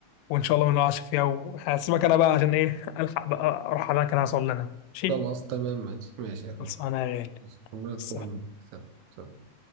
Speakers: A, on the left (about 85°); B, on the right (about 70°).
A: وان شاء الله ما نقعش فيها وهسيبك انا بقى عشان ايه الحق بقى اروح على المكان هوصل لنا ماشي
B: خلاص تمام ماشي ماشي يا اخويا
A: خلصانه يا غالي
B: ماشي. ربنا يتقبل
A: بس
B: منك سلام سلام.